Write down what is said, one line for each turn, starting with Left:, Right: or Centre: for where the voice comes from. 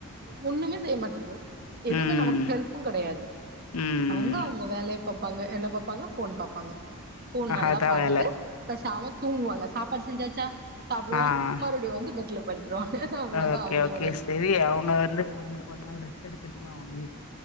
Right: ஒண்ணுமே செய்ய மாட்டாது எதுவுமே
Left: ம்
Right: நமக்கு ஹெல்ப்பும் கிடையாது
Left: ம்
Right: அவங்க அவங்க வேலை பாப்பாங்க என்ன பாப்பாங்க போன் பாப்பாங்க பூன் நல்லா
Left: அதா
Right: பார்த்துட்டு
Left: வேல
Right: பேசாம தூங்குவாங்க சாப்பாடு செஞ்சாச்சா சாப்டுவாங்க
Left: ஆஹ்
Right: மறுபடியு வந்து பெட்ல படுத்துருவாங்க அவ்ளோதா
Left: ஓகே
Right: அவங்களோட
Left: ஓகே சரி அவங்க வந்து ஒ ஒரு நாள் ரெஸ்ட் எக்க <unintelligible>